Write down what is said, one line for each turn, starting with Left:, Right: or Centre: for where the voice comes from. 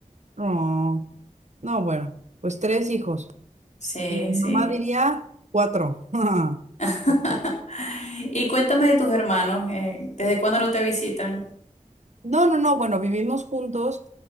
Right: no. No, bueno, pues tres hijos.
Left: Sí,
Right: Y mi
Left: sí.
Right: mamá diría cuatro. <laughs>
Left: <laughs>
Right: Porque
Left: Y cuéntame de tus hermanos, eh, ¿desde cuándo no te visitan?
Right: No, no, no, bueno, vivimos juntos